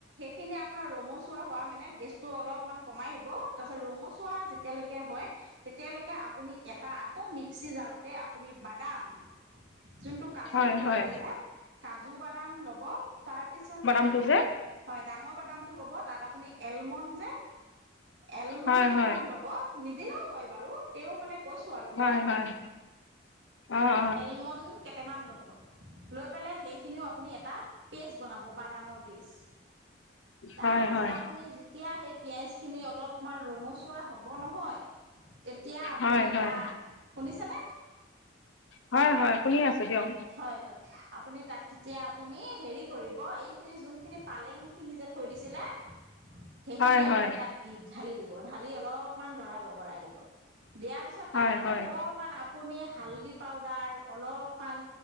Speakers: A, on the right; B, on the left.
A: খিনি আপোনাৰ ৰঙচুৱা হোৱা মানে গেছটো অলপ মান কমাই দিব, তাৰ পিছত ৰঙচুৱা যেতিয়ালৈকে হয়। তেতিয়ালৈকে আপুনি এটা আকৌ মিক্সি জাৰতে আপুনি বাদাম যোনটো কাজু
B: হয়
A: বুলি
B: হয়
A: কয় যে, কাজু বাদাম ল'ব, তাৰপিছত
B: কি কৈছে?
A: হয়, ডাঙৰ বাদামটো ল'ব তাত আপুনি এলমণ যে এলমণ
B: হয়
A: কেইটামান
B: হয়
A: ল'ব- নিদিলেও হয় বাৰু। তেওঁ মানে কৈছো আৰু
B: হয়
A: মই,
B: হয় অ অ
A: এলমণ- কেইটামান ল'ব, লৈ পেলাই সেইখিনিও আপুনি এটা পেষ্ট বনাব বাদামৰ পেষ্ট। তাৰপাছত
B: হয় হয়
A: আপুনি যেতিয়া সেই পিঁয়াজখিনি ৰঙচুৱা হ'ব নহয়- তেতিয়া আপুনি
B: হয় হয়
A: তাত, শুনিছেনে?
B: হয় হয়, শুনি আছো দিয়ক।
A: হয়, হয়, আপুনি তাত তেতিয়া আপুনি হেৰি কৰিব এইখিনি যোনখিনি পালেং খিনি যে থৈ দিছিলে- সেইখিনিয়ে
B: হয় হয়
A: আপোনি তাত- বিষ ঢালি দিব, ঢালি অলপমান লৰাই বগৰাই দিব, দিয়াৰ পিছত
B: হয়
A: তাত
B: হয়
A: অকমান আপ- পুনি হালধি পাউদাৰ, অলপমান